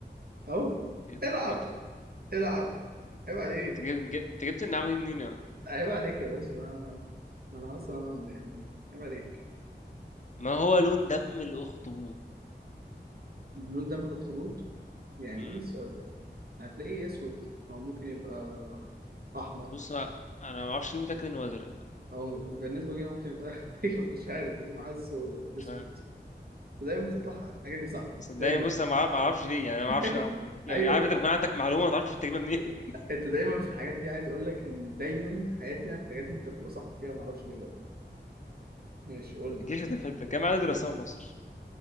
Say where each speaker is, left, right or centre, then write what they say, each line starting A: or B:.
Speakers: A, on the right; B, on the left.
A: أهو
B: ايه ده
A: العب
B: ايه ده
A: العب عيب عليك
B: انت جبت انت جبت النعمة دي منين يا
A: عيب عليك يا باشا ما ما أنا أصلا يعني عيب عليك
B: ما هو لون دم الاخطبوط
A: لون دم الأخطبوط يعني
B: مم.
A: إيه السؤال ده؟ هتلاقيه إيه أسود أو ممكن يبقى أحمر
B: بص انا ما اعرفش ليه متاكد انه ازرق
A: أو بالنسبة لي ممكن يبقى <laughs> مش عارف بس أنا حاسه
B: مش
A: أسود
B: عارف
A: دايما تطلع الحاجات دي صح
B: صدقني
A: دايما
B: بص انا ما اعرفش ليه يعني أنا ما
A: <laughs>
B: اعرفش يعني
A: أيوه
B: عارف انت بيكون عندك معلومه ما تعرفش تجيبها منين <laughs>
A: أنت دايما في الحاجات دي عايز أقول لك إن دايما في حياتنا الحاجات دي أنت بتبقى صح فيها معرفش ليه برضه ماشي قول لي
B: جيش متفتت كام عدد الرسام في مصر